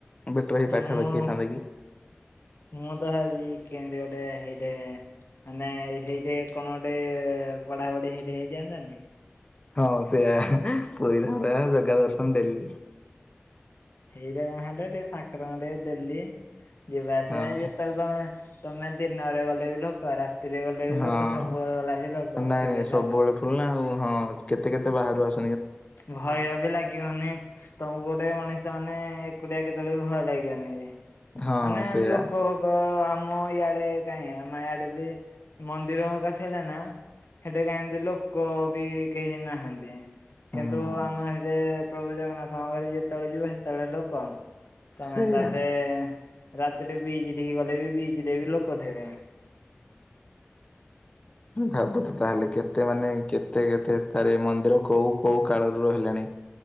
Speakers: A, on the left; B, on the left.
A: ବେଟର ହେଇ
B: ମୁଁ,
A: ପାଖାପାଖି ହେଇଥାନ୍ତା କି
B: ମୁଁ ତ ଭଲିଜି କେମତି ଅ ଗଟ ହେଇଟେ ମାନେ ହେଇଠେ କଣ ଗଟେ ପଢାପଢି ସେଇ ହେଇଯାଆନ୍ତାନି।
A: ହଁ ସେଇଆ ପୁରୀରେ ରହିଲ ମାନେ, ଜଗା ଦର୍ଶନ ଡେଲି।
B: ହେଇଟା ନା ହେଲେ ଟିକେ ପାଖ ଏଥର ନହେଲେ ଡେଲି। ଯିବା ଆସିବା
A: ହଁ
B: ଏଥର ତମେ ତମେ ଦିନରେ ଗଲେ ବି ଲୋକ, ରାତି ରାତିରେ ଗଲେ
A: ହଁ।
B: ଲୋକ ସବୁବେଳେ ଗଲା କି ଲୋକଥିବେ
A: ନାଇଁ ନାଇଁ
B: ସବୁ
A: ସବୁବେଳେ ଫୁଲ ନା ଆଉ ହଁ କେତେ କେତେ ବାହାରୁ ଆସୁ
B: ଭୟ ବି ଲାଗିବନି ତମକୁ ଗୋଟେ ମଣିଷ ମା ମାନେ ଏକୁଡିଆ କେତେବେଳେ ବି ଭଲ ଲାଗିବନି ବି।
A: ହଁ
B: ମାନେ
A: ସେଇଆ
B: ଲୋକୋଙ୍କ ଆମ ଆମ ଇଆଡେ କାହିଁ ଆମ ଇଆଡ଼େ ବି ମନ୍ଦିରକା ଥିଲା ନା, ସେଠେ କାହିଁ ଲୋକ ବି କେହି ନାହାନ୍ତି।
A: ହୁଁ
B: କିନ୍ତୁ ଆମର ସେରେ ପ୍ରଭୁ ଜଗନ୍ନାଥଙ୍କରେ ଯେତେବେଳେ ଯିବ ସେତେବେଳେ ଲୋକ। ତମେ
A: ସେଇଆ
B: ତାପରେ ରାତିରେ ବିଚ୍ ଗଲେ ବି ବିଚ୍ ରେ ବି ଲୋକ ଥିବେ।
A: ହୁଁ ଭାବ ତ ତାହେଲେ କେତେ ମାନେ କେତେ କେତେ ତାରିଣୀ ମନ୍ଦିର କୋଉ କୋଉ କାଳରୁ ରହିଲାଣି।